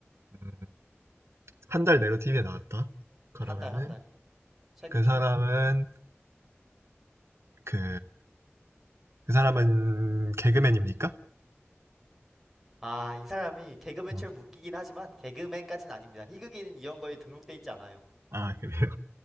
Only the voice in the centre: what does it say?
음, 한 달, 한 달. 최근,
최근.
아, 이 사람이 개그맨처럼
웃기긴 하지만 개그맨까진 아닙니다. 희극인 이런 거에 등록돼 있지 않아요.